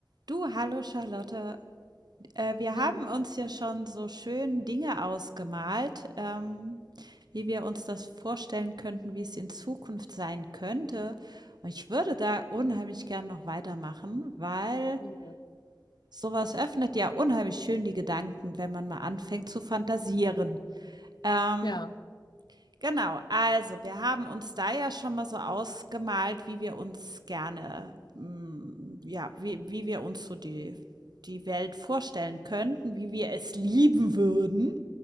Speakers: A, on the right; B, on the left.
A: Du, hallo Charlotte. Äh, wir
B: Hallo.
A: haben uns ja schon so schön Dinge ausgemalt, ähm, wie wir uns das vorstellen könnten, wie es in Zukunft sein könnte. Und ich würde da unheimlich gern noch weitermachen, weil
B: Ja.
A: sowas öffnet ja unheimlich schön die Gedanken, wenn man mal anfängt zu fantasieren. Ähm,
B: Ja.
A: Genau, also wir haben uns da ja schon mal so ausgemalt, wie wir uns gerne, mm, ja, wie, wie wir uns so die, die Welt vorstellen könnten, wie wir es lieben würden.